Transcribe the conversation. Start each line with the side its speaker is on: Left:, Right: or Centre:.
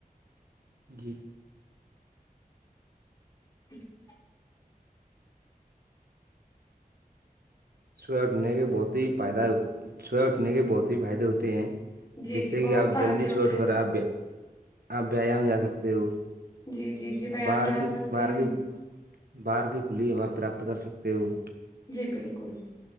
Right: جی
Left: <inaudible>
Right: سوح اٹھنے کے بہت ہی فائدہ سوہ اٹھنے کے بہت ہی فائدے ہوتے ہیں
Left: جی
Right: جس
Left: جی
Right: سے کہ
Left: بہت
Right: آپ
Left: فائدے
Right: جلدی
Left: ہوتے
Right: سےوٹھ
Left: ہیں
Right: کر آپ آپ ویام جا سکتے ہو
Left: جی جی جی ویام
Right: بار
Left: جا
Right: کی
Left: سکتے
Right: بار
Left: ہیں
Right: کی بار کی کھلی ہوا پراپت کر سکتے ہو
Left: جی بالکل